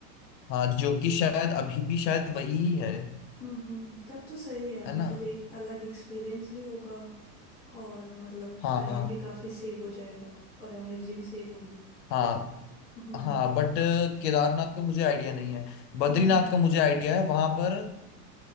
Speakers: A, on the left (about 80°); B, in the centre.
A: हाँ जो कि शायद अभी भी शायद वही ही है
B: हम्म हम्म तब तो सही है यार
A: है ना
B: मतलब एक अलग एक्सपीरियंस भी होगा और मतलब
A: हाँ
B: टाइम भी काफी सेव हो जाएगा और एनर्जी भी सेव होगी
A: हाँ
B: हम्म
A: हाँ बट केदारनाथ का मुझे आइडिया नहीं है बद्रीनाथ
B: हम्म हम्म
A: का मुझे आइडिया है वहां पर